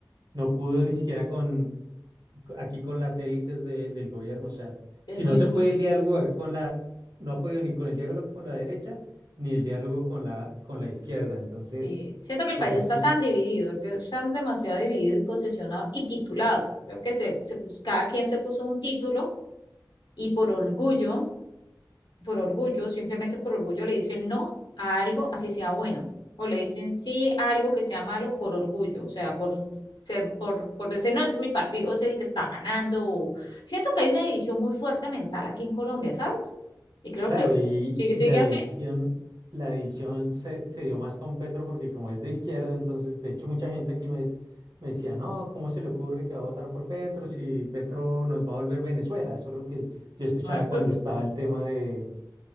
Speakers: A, on the right (about 65°); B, on the left (about 75°).
A: no pudo ni siquiera con aquí con las élites de- del gobierno. O sea,
B: Es
A: si
B: muy
A: no se
B: duro.
A: puede el diálogo con la, no ha podido ni con el diálogo con la derecha, ni el diálogo con la, con la izquierda. Entonces,
B: Sí. Siento que el
A: porque
B: país está
A: aquí,
B: tan dividido, el país está demasiado dividido y posesionado y titulado. Creo que se, se pus- cada quien se puso un título y por orgullo por orgullo, simplemente por orgullo le dicen no a algo así sea bueno, o le dicen sí a algo que sea malo por orgullo, o sea, por, ser- por, por decir no, es que mi partido es el que está ganando. o- Siento que hay una división muy fuerte mental aquí en Colombia, ¿sabes? Y creo
A: claro,
B: que
A: y,
B: sigue,
A: y
B: sigue
A: la división,
B: así.
A: la división se, se dio más con Petro porque como es de izquierda, entonces, de hecho, mucha gente aquí me, des- me decía, no, ¿cómo se le ocurre que va a votar por Petro si Petro nos va a volver Venezuela? Eso es lo que yo escuchaba
B: no hay club.
A: cuando estaba el tema de,